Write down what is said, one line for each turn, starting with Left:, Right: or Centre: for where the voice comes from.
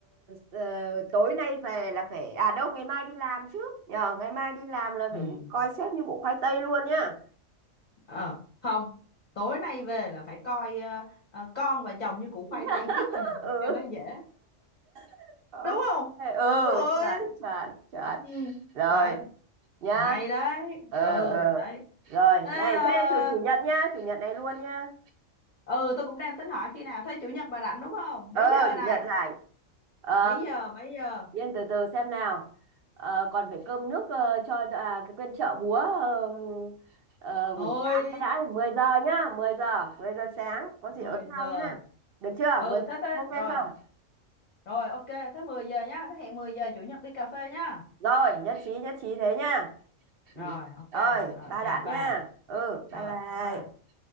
Right: ờ, tối nay về là phải à đâu ngày mai đi làm trước nhờ ngày mai đi làm là
Left: ừ,
Right: phải coi sếp như củ khoai tây luôn nhá
Left: ờ, không, tối nay về là phải coi ờ, ờ, con và chồng như củ khoai
Right: <laughs>
Left: tây trước rồi này,
Right: ừ
Left: cho nó dễ.
Right: <laughs> ok
Left: Đúng không?
Right: ừ
Left: Ôi,
Right: chuẩn chuẩn chuẩn
Left: ừ,
Right: rồi
Left: đấy,
Right: nhá
Left: hay đấy,
Right: ờ
Left: ừ,
Right: ờ
Left: đấy.
Right: rồi
Left: Thế,
Right: này
Left: ờ,
Right: thế chủ chủ nhật nhá chủ nhật này luôn nhá
Left: ừ, tôi cũng đang tính hỏi khi nào, thế chủ nhật bà rảnh đúng không?
Right: ờ
Left: Mấy giờ
Right: chủ
Left: này?
Right: nhật rảnh ờ
Left: Mấy giờ, mấy giờ?
Right: Yên từ từ xem nào. Ờ, còn phải cơm nước ờ, cho cho- à, cái quên chợ búa ờ, ờ,
Left: Thôi
Right: buổi sáng cái đã 10 giờ nhá, 10 giờ, 10 giờ sáng có gì
Left: 10
Right: ở nhau
Left: giờ
Right: nhá.
Left: à?
Right: Được chưa?
Left: ừ
Right: 10 giờ
Left: thế thế
Right: ok
Left: rồi
Right: không?
Left: rồi ok thế 10 giờ nhá thế hẹn 10 giờ chủ nhật đi cà phê nhá
Right: Rồi, nhất trí nhất trí thế nhá.
Left: rồi
Right: Ừ.
Left: ok
Right: Rồi, bye
Left: rồi chào
Right: bạn
Left: bà
Right: nha. Ừ,
Left: rồi
Right: bye bye.
Left: bye bye